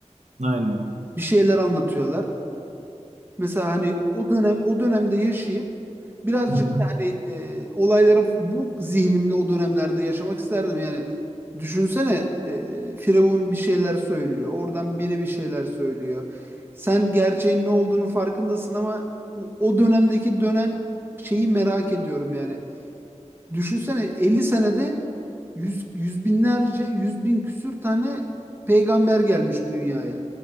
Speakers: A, on the right (about 70°); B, on the right (about 20°).
A: Aynen.
B: Bir şeyler anlatıyorlar. Mesela hani o dönem o dönemde yaşayıp birazcık
A: Hı hı.
B: da hani e, olayların bu zihnimle o dönemlerde yaşamak isterdim. Yani düşünsene e, Firavun bir şeyler söylüyor. Oradan biri bir şeyler söylüyor. Sen gerçeğin ne olduğunu farkındasın ama o, o dönemdeki dönen şeyi merak ediyorum yani. Düşünsene 50 senede yüz, yüz binlerce, yüz bin küsür tane peygamber gelmiş dünyaya.